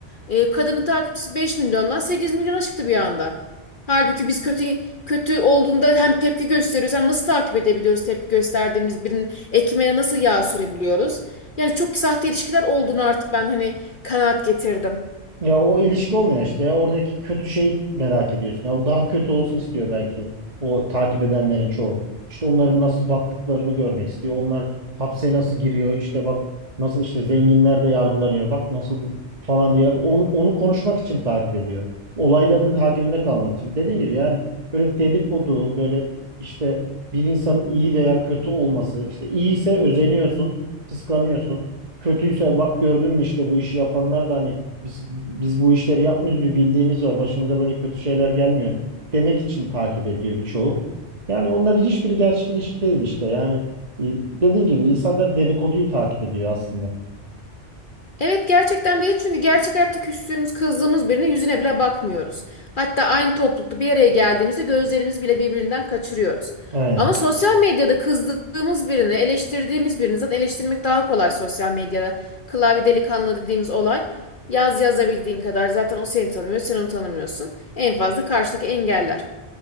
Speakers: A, on the left; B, on the right.
A: E, kadının takipçisi 5 milyondan 8 milyona çıktı bir anda. Halbuki biz kötü kötü olduğunda hem tepki gösteriyoruz hem nasıl takip edebiliyoruz tepki gösterdiğimiz birinin ekmeğine nasıl yağ sürebiliyoruz? Yani çok sahte ilişkiler olduğunu artık ben hani kanaat getirdim.
B: Ya o ilişki olmuyor işte ya. Oradaki kötü şeyi merak ediyorsun. Ya o daha kötü olsun istiyor belki. O takip edenlerin çoğu. İşte onların nasıl battıklarını görmek istiyor. Onlar hapse nasıl giriyor. İşte bak nasıl işte zenginler de yargılanıyor. Bak nasıl falan diye. Onu, onu konuşmak için takip ediyor. Olayların takibinde kalmak için. Dediğim gibi yani böyle dedikodu, böyle işte bir insanın iyi veya kötü olması. İşte iyiyse özeniyorsun, kıskanıyorsun. Kötüyse bak gördün mü işte bu işi yapanlar da hani biz, biz bu işleri yapmıyoruz bir bildiğimiz var. Başımıza böyle kötü şeyler gelmiyor demek için takip ediyor birçoğu. Yani onların hiçbiri gerçek ilişki değil işte. Yani e, dediğim gibi insanlar dedikoduyu takip ediyor aslında.
A: Evet gerçekten değil çünkü gerçek hayatta küstüğümüz, kızdığımız birine yüzüne bile bakmıyoruz. Hatta aynı toplulukta bir araya geldiğimizde gözlerimizi bile birbirinden kaçırıyoruz.
B: Aynen.
A: Ama sosyal medyada kızdığımız birini, eleştirdiğimiz birini zaten eleştirmek daha kolay sosyal medyada. Klavye delikanlı dediğimiz olay. Yaz yazabildiğin kadar zaten o seni tanımıyor, sen onu tanımıyorsun. En fazla karşıdaki engeller.